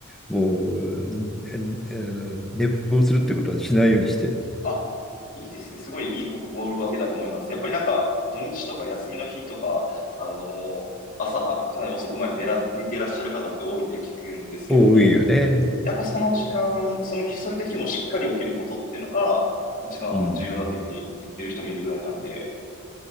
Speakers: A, in the centre; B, on the left.
A: もう、えあの寝坊するってことはしないようにしてる。
B: あ、いいですね。すごいいい心がけだと思います。やっぱりなんか、土日とか休みの日とか、あのー朝、かなり遅くまで寝ら、寝ていらっしゃる方って多いって聞くんですけども、
A: 多いよね。
B: やっぱその時間、その日、そういった日もしっかり起きることっていうのが、一番重要だというふうに言ってる人もいるぐらいなんで、
A: うん。